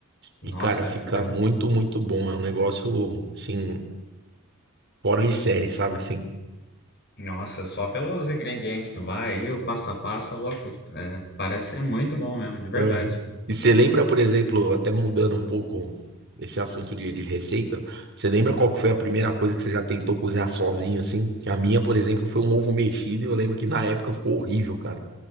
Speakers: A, on the left (about 55°); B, on the right (about 55°).
A: Nossa,
B: E, cara, fica
A: fica.
B: muito, muito bom. É um negócio, assim, fora de série, sabe? Assim.
A: Nossa, só pelos ingredientes que vai aí, o passo a passo, tá louco. É, parece ser muito bom mesmo, de verdade.
B: Uhum. E você lembra, por exemplo, até mudando um pouco esse assunto de, de receita, você lembra qual que foi a primeira coisa que você já tentou cozinhar sozinho, assim? Que a minha, por exemplo, foi um ovo mexido e eu lembro que na época ficou horrível, cara.